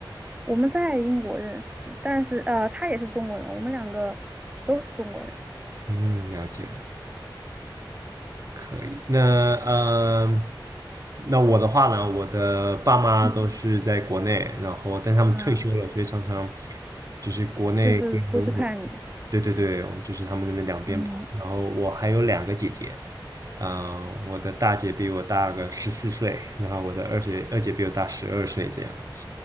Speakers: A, on the right (about 15°); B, on the right (about 45°).
A: 我们在英国认识，但是呃，他也是中国人，我们两个都是中国人，
B: 嗯，了解。可以，那呃，那我的话呢，我的爸妈都是在国内，
A: 嗯，
B: 然后但他们退休了，
A: 啊，
B: 所以常常就是国内跟我，
A: 就是过去看你，
B: 对对对，我们这边跑。
A: 嗯，
B: 然后我还有两个姐姐，
A: <laughs>
B: 呃，我的大姐比我大个十四岁，然后我的二姐二姐比我大十二岁，这样，